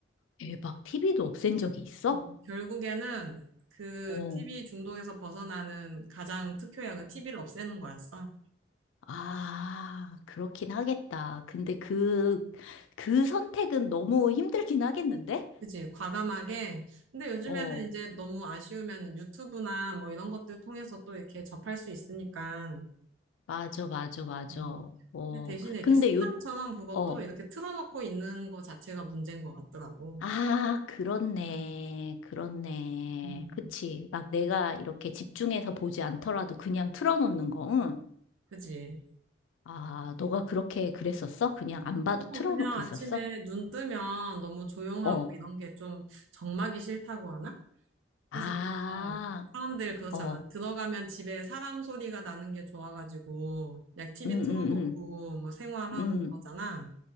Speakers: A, on the left; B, on the right.
A: 대박. TV도 없앤 적이 있어?
B: 어 결국에는 그
A: 어.
B: TV 중독에서 벗어나는 가장 특효약은 TV를 없애는 거였어.
A: 아, 그렇긴 하겠다. 근데 그, 그 선택은 너무 힘들긴 하겠는데?
B: 그지, 과감하게. 근데 요즘에는
A: 어.
B: 이제 너무 아쉬우면 유튜브나 뭐 이런 것들 통해서 또 이렇게 접할 수 있으니까.
A: 맞아, 맞아, 맞아.
B: 음.
A: 어,
B: 근데 대신에 이렇게
A: 근데
B: 습관처럼
A: 요,
B: 그것도
A: 어,
B: 이렇게 틀어놓고 있는 거 자체가 문제인 것 같더라고.
A: 아, 그렇네. 그렇네.
B: 음,
A: 그치. 막 내가 이렇게 집중해서 보지 않더라도 그냥 틀어놓는 거, 응?
B: 그지?
A: 아, 너가 그렇게 그랬었어? 그냥 안 봐도
B: 어,
A: 틀어놓고
B: 그냥 아침에
A: 있었어?
B: 눈 뜨면 너무 조용하고
A: 어,
B: 이런 게 좀 적막이 싫다고 하나?
A: 아,
B: 그래서 막 사람들 그렇잖아.
A: 어,
B: 들어가면 집에 사람 소리가 나는 게 좋아가지고 그냥 TV
A: 응,
B: 틀어놓고
A: 응, 응,
B: 뭐 생활하고
A: 응,
B: 그러잖아.